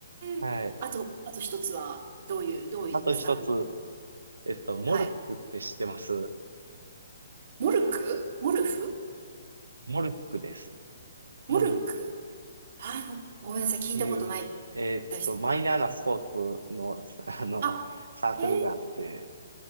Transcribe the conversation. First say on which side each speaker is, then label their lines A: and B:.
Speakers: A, on the right (about 80°); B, on the right (about 60°).
A: はい。
B: え、あと、あと一つは、どういう、どういうサーフィン
A: あと一つ、えっと、モルックって知ってます
B: はい。モルクモルフ
A: モルックです。モルッ
B: モルクあの、ごめんなさい、聞いたことないです。
A: っていう、えーっと、マイナーなスポーツの、<laughs> あの、
B: あ
A: サークルがあって、
B: へ